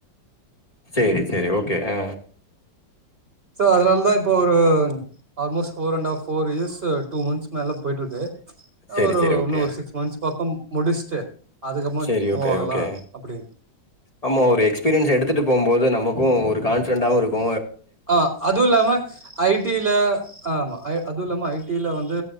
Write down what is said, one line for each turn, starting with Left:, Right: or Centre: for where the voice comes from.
Left: சேரி சேரி ஓகே ஆ
Right: சோ அதுனால தா இப்போ ஒரு almost four and half four years two months மேல போயிட்ருக்கு
Left: சரி,
Right: ஒரு
Left: சரி. ஓகே.
Right: இன்னொரு சிக்ஸ் மந்த்ஸ் பக்கோ முடிச்சிட்டு அதுக்கப்றோமூ
Left: சரி, ஓகே,
Right: ஆகலா
Left: ஓகே.
Right: அப்டின்னு
Left: ஆமா ஒரு எக்ஸ்பீரியன்ஸ் எடுத்துட்டு போகுபோது நமக்கு ஒரு கான்பிடென்டா இருக்கு
Right: ஆ அதுல்லாம ஐ டி ல ஆ ஆமா அதுவுல்லாம ஐ டி ல வந்து